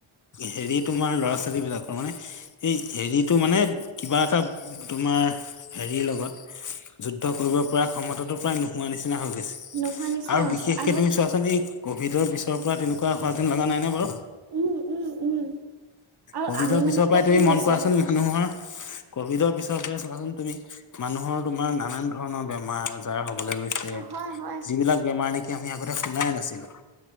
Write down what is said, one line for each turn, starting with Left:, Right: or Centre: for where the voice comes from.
Left: হেৰি তোমাৰ ল'ৰা-ছোৱালী বিলাকৰ মানে এই হেৰিতটো মানে কিবা এটা তোমাৰ। হেৰিৰ লগত যুদ্ধ কৰিব পৰা ক্ষমতাটো প্ৰায় নোহোৱা নিছিনাই। নিচিনা হৈ গৈছে
Right: নোহোৱা নিচিনা
Left: আৰু
Right: হৈছে
Left: বিশেষকে
Right: আৰু
Left: তুমি চোৱাচোন এই ক'ভিডৰ পিছৰ পৰা তেনেকুৱা হোৱা যেন লগা নাইনে বাৰু।
Right: উম উম উম আৰু
Left: কভিডৰ
Right: আমি
Left: পিছৰ
Right: মানে এতিয়া
Left: পৰাই
Right: কি
Left: তুমি
Right: হৈছে
Left: মন কৰাচোন মানুহৰ কভিডৰ পিছৰ চাবাচোন তুমি, মানুহৰ তোমাৰ নানান ধৰণৰ বেমাৰ-আজাৰ হ'ব। বোলে লৈছে
Right: অ হয় হয়
Left: যিবিলাক বেমাৰ নেকি, আমি আগতে শুনাই নাছিলো।।